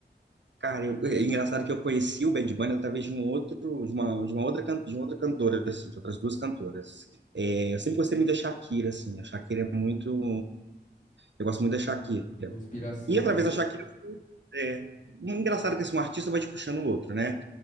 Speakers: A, on the right; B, on the left.
A: Cara, eu, é engraçado que eu conheci o Bad Bunny através de um outro, de uma, de uma outra, can- de uma outra cantora, assim, de outras duas cantoras. É, eu sempre gostei muito da Shakira, assim. A Shakira é muito, Eu gosto muito da Shakira.
B: Uma inspiração,
A: E através
B: né?
A: da Shakira, é, um engraçado que assim, um artista vai te puxando o outro, né?